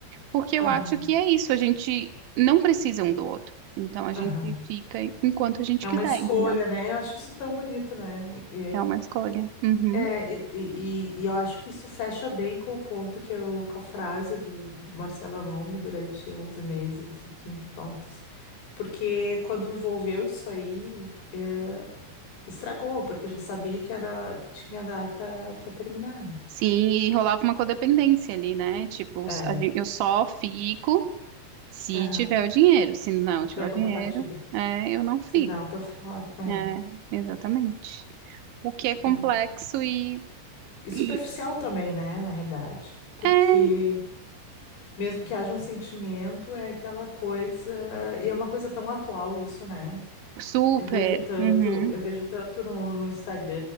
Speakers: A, on the right; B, on the left.
A: porque
B: aham,
A: eu acho que é isso, a gente não precisa um do outro, então a
B: aham.
A: gente fica enquanto a gente
B: É
A: quiser,
B: uma escolha,
A: entendeu?
B: né? Eu acho isso tão bonito, né? E, é,
A: É uma escolha. Uhum.
B: é, e, e, e eu acho que isso fecha bem com o ponto que eu, com a frase do Marcelo Amon durante 11 meses e 15 contos, porque quando envolveu isso aí, é, estragou, porque eu já sabia que era que tinha data para terminar, né?
A: Sim, e rolava uma codependência ali, né? Tipo,
B: É,
A: a gen- eu só fico. Se
B: aham,
A: tiver o dinheiro, se não tiver
B: tiver contrapartida.
A: o dinheiro, é, eu não fico.
B: Se não, tô fora. É.
A: É, exatamente. O que é complexo
B: E,
A: e,
B: e superficial
A: e
B: também, né, na realidade. Porque
A: é
B: mesmo que haja um sentimento, é aquela coisa. E é uma coisa tão atual isso, né?
A: super.
B: Eu vejo tanto,
A: Uhum,
B: eu vejo tanto no, no Instagram,